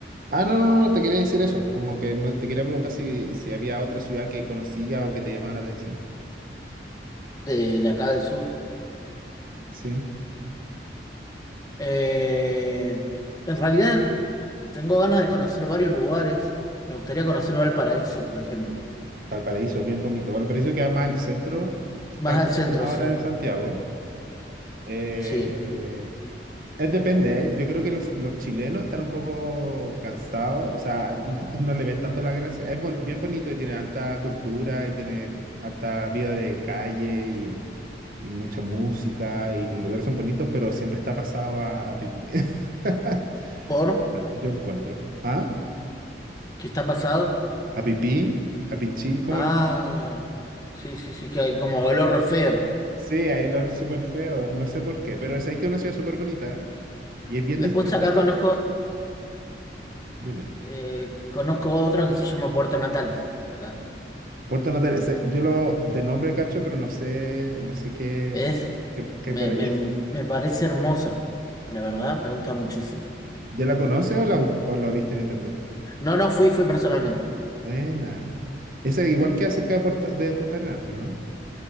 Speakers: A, on the right; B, on the left.
A: Ah, no, no, no, te quería decir eso. Como que no, te quería preguntar si, si había otra ciudad que conocías o que te llamaba la atención.
B: De, de acá del sur.
A: Sí.
B: Eh, en realidad. Tengo ganas de conocer varios lugares. Me gustaría conocer Valparaíso, por ejemplo.
A: Valparaíso, bien bonito. Valparaíso queda más al centro, está
B: Más al centro,
A: como a una
B: sí.
A: hora de Santiago. Eh,
B: Sí.
A: es depende, ¿eh? Yo creo que los, los chilenos están un poco cansados, o sea, no, <laughs> no le ven tanto la gracia. Es bon- bien bonito y tiene alta cultura y tiene harta vida de calle y mucha música y los lugares son bonitos, pero siempre está pasado a, a pipí. <laughs>
B: ¿Por?
A: Yo encuentro. ¿Ah?
B: ¿Qué está pasado?
A: ¿A pipí? ¿A pichí? ¿Cómo
B: Ah,
A: le...?
B: sí, sí, sí, que hay como olor feo.
A: Sí, ahí lo es súper feo. No sé por qué, pero es ahí que es una ciudad súper bonita y es bien
B: Después
A: distinta.
B: acá conozco,
A: Dime.
B: eh, conozco otra que se llama Puerto Natales. Acá.
A: Puerto Natal, ese- yo lo de nombre cacho, pero no sé, no sé qué,
B: Es,
A: qué, qué
B: me,
A: hay por ahí.
B: me,
A: <laughs>
B: me parece hermosa. La verdad, me gusta muchísimo.
A: ¿Ya la conoces o la, bus- o la viste en internet?
B: No, no fui, fui personalmente.
A: Buena. Esa igual que acerca de, Puerta- de Punta Arenas, pues, ¿no?